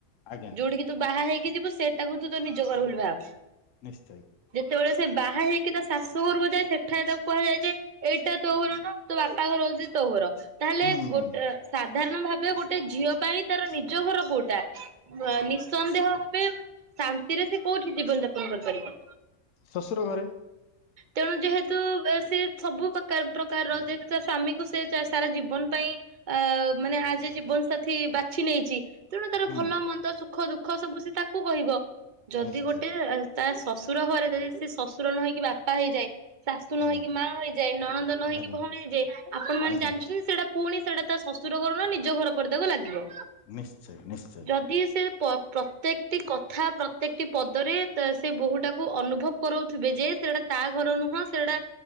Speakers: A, on the left; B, on the right.
A: ଆଜ୍ଞା
B: ଯୋଉଠିକି ତୁ ବାହା ହେଇକି ଯିବୁ ସେଇଟାକୁ ତୁ ତ ନିଜ ଘର ବୋଲି ଭାବ
A: ନିଶ୍ଚୟ।
B: ଯେତେବେଳେ ସେ ବାହା ହେଇକି ତା ଶାଶୁ ଘରକୁ ଯାଏ ସେଠା ତାକୁ କୁହାଯାଏ ଯେ ଏଇଟା ତୋ ଘର ନୁହଁ ତୋ ବାପ ପା ଘର ହଉଛି ତୋ ଘର। ତାହେଲେ
A: ହୁଁ
B: ଗୋଟେ
A: ହୁଁ।
B: ସା ସାଧାରଣ ଭାବେ ଗୋଟେ ଝିଅ ପାଇଁ ତାର ନିଜ ଘର କୋଉଟା, ବା ନିଃସନ୍ଦେହ ଭାବେ ଶାନ୍ତିରେ ସେ କୋଉଠି ଜୀବନ ଯାପନ କରିପାରିବ।
A: ଶଶୁର ଘରେ।
B: ତେଣୁ ଯେହେତୁ ସେ ସବୁ ପ୍ରକାର ପ୍ରକାରର ଯେହେତୁ ତା ସ୍ଵାମୀକୁ ସେ ସାରା ଜୀବନ ପାଇଁ ଆ ମାନେ ଆଜି ଜୀବନ ସାଥି ବାଛି ନେଇଛି ତେଣୁ ତାର
A: ହୁଁ
B: ଭଲ ମନ୍ଦ, ସୁଖ ଦୁଃଖ ଖ ସବୁ ସେ ତାକୁ କହିବ। ଯଦି
A: ନିଶ୍ଚୟ
B: ଗୋଟେ ତା ଶଶୁର ଘରେ ଯାଇକି ସେ ଶଶୁର ନ ହଇକି ବା ପା ହେଇଯାଏ। ଶାଶୁ ନ
A: ଆଜ୍ଞା
B: ହେଇକି ମା ହୋଇଯାଏ, ନଣନ୍ଦ ନ ହେଇକି
A: ଆଜ୍ଞା
B: ଭଉଣୀ ହେଇଯାଏ, ଆପଣ ମାନେ
A: ଆଜ୍ଞା
B: ଜାଣିଛନ୍ତି ସେଇଟା ପୁଣି ସେଇଟା ତା ଶଶୁର ଘର ନୁହଁ ନିଜ ଘର ପରି ତାକୁ ଲାଗିବ।
A: ନିଶ୍ଚୟ ନିଶ୍ଚୟ।
B: ଯଦି ସେ ପ-ପ୍ରତ୍ୟେକଟି କଥା ପ୍ର ତେକଟି ପଦରେ ତା ସେ ବୋହୂ ଟାକୁ ଅନୁଭବ କରଉଥିବେ ଯେ ସେଇଟା ତା ଘର ନୁହଁ ସେଇଟା